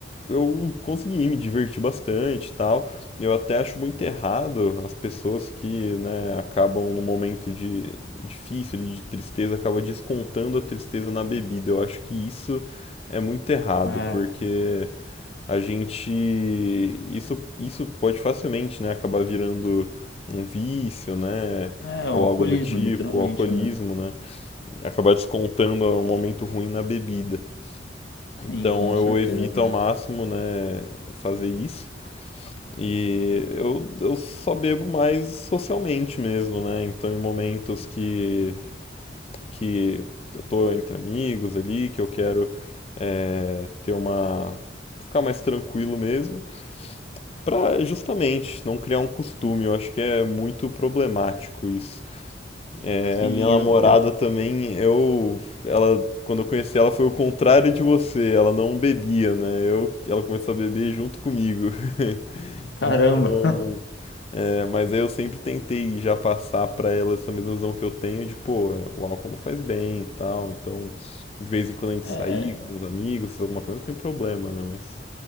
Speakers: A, on the left; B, on the left.
A: eu consegui me divertir bastante e tal. Eu até acho muito errado as pessoas que, né, acabam num momento de difícil, de tristeza, acabam descontando a tristeza na bebida. Eu acho que isso é muito errado,
B: É,
A: porque a gente isso isso pode facilmente, né, acabar virando um vício, né?
B: é
A: Ou
B: um alcoolismo,
A: algo do tipo,
B: literalmente,
A: alcoolismo,
B: né?
A: né? Acabar descontando um momento ruim na bebida.
B: Sim,
A: Então
B: com
A: eu
B: certeza,
A: evito
B: É. cara.
A: ao máximo, né, fazer isso. E eu, eu só bebo mais socialmente mesmo, né? Então em momentos que, que eu tô entre amigos ali, que eu quero é, ter uma. ficar mais tranquilo mesmo, pra justamente não criar um costume. Eu acho que é muito problemático isso. É,
B: Sim,
A: a minha namorada
B: eu, eu-
A: também, eu, ela, quando eu conheci ela foi o contrário de você, ela não bebia, né? Eu, ela começou a beber junto comigo. <laughs>
B: caramba.
A: Então, é, mas aí eu sempre tentei já passar pra ela essa mesma visão que eu tenho de, pô, é, o álcool não faz bem e tal. Então, de vez em quando a gente
B: É,
A: sair com os amigos, fazer alguma coisa, não tem problema, né? Mas